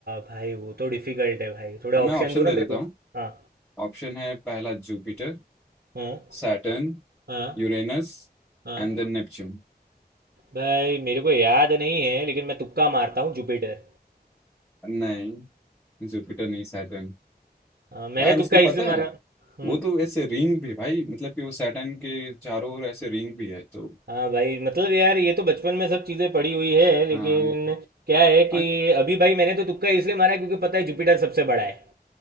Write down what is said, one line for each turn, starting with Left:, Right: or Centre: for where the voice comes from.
Right: भाई वो तो डिफिकल्ट है भाई थोड़ा
Centre: अब मैं
Right: ऑप्शन
Centre: ऑप्शन
Right: दो ना
Centre: दे देता
Right: मेरे को
Centre: हूँ
Right: हाँ
Centre: ऑप्शन है पहला Jupiter
Right: हाँ
Centre: Saturn
Right: हाँ
Centre: Uranus
Right: हाँ
Centre: and then Neptune
Right: भाई मेरे को याद नहीं है लेकिन मैं तुक्का मारता हूँ जुपिटर
Centre: नहीं जुपिटर नहीं सैटर्न
Right: हाँ, मैंने
Centre: यार
Right: तुक्का
Centre: उसके
Right: इससे
Centre: पता
Right: मारा
Centre: है
Right: हम्म
Centre: वो तो ऐसे रिंग भी है भाई मतलब कि वो सैटर्न के चारों ओर ऐसे रिंग भी है तो
Right: हाँ भाई मतलब यार ये तो बचपन में सब चीज़ें पड़ी हुई है लेकिन
Centre: हाँ
Right: क्या है कि
Centre: आ-
Right: अभी भाई मैंने तो तुक्का इसलिए मारा है क्योंकि पता है जुपिटर सबसे बड़ा है